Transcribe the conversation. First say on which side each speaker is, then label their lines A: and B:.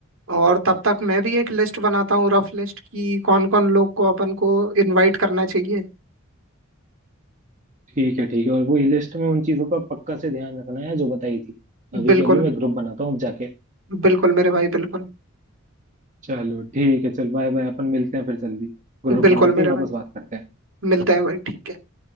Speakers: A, on the right; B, on the right.
A: और तब तक मैं भी एक लिस्ट बनाता हूँ रफ लिस्ट कि कौन कौन लोग को अपन को इनवाइट करना चाहिए
B: ठीक है ठीक है और वो लिस्ट में उन चीजों का पक्का से ध्यान रखना है जो बताई थी अभी
A: बिल्कुल
B: के अभी मैं ग्रुप बनाता हूँ जाके
A: बिल्कुल मेरे भाई बिल्कुल
B: चलो ठीक है चल बाय बाय अपन मिलते हैं फिर जल्दी ग्रुप
A: बिल्कुल
B: बनाते
A: मेरे
B: ही वापस
A: भाई
B: बात करते हैं
A: मिलते हैं भाई ठीक है